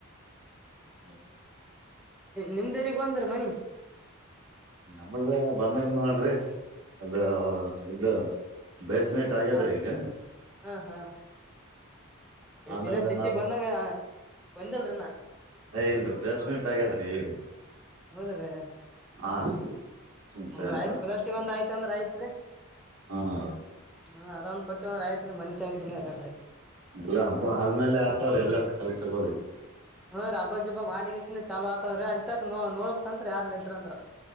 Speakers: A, on the right; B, in the centre.
A: ಹ್ಮ
B: ನಿಮ್ದಲ್ಲಿಗ್ ಬಂದ್ರ ಮನಿ
A: ನಮಲೆ ಬನನ್ ಮಾಡ್ರಿ ಅದು ಇದು ಬೇಸ್ಮೆಂಟ್ ಆಗ್ಯದ್ರಿ
B: ಹಾ
A: ಈಗ
B: ಹ ಹಾ
A: ಆಮೇಲೆ
B: ಇನ್ನೊ ಚೆತಿಿಗೆ
A: ನಾವ್
B: ಬಂದಂಗ ಒಂದಲ್ರಣ
A: ಏ ಇಲ್ರಿ ಬೇಸ್ಮಿಟ್ ಆಗ್ಯಾದ್ರೀ ಈಗ
B: ಹೌದ್ರಿ
A: ಹಾ ರೀ ಬೇಸ್ಮೆಂಟ್
B: ನದ
A: ಆಗ್ಯದ
B: ಆಯ್ತ್ ಕಲಸ್ಿಗೆ ಒಂದ್ ಆಯ್ತ ಅಂದ್ರ ಆಯ್ತ್ರಿೀ
A: ಹಾ ರೀ
B: ಹ್ಮ ಅದೊಂದ್ ಕೊಟ್ ಒಂದ್ ರಾಯತ್ರಿ ಮನಶಾಂತಿನೇ ಇರಲ್ರಿ.
A: ಎಲ್ಲಾ ಹಬ್ಬ ಆದ್ಮೇಲೆ ಆತವ್ರ ಎಲ್ಲ ಕೆಲ್ಸಗಳ್ ಇವು.
B: ಹ್ಮ್ ರ ಹಬ್ಬಗಿಬ್ಬ ಮಾಡಿಗೆಸ ಚಾಲುವಾತಾವ್ರರಿ ಅಲ್ ತಕ್ ನೋಡ್ಬೇಕಂತ್ರ ಯಾರ್ ನಿದ್ರ ಅಂದ್ರ.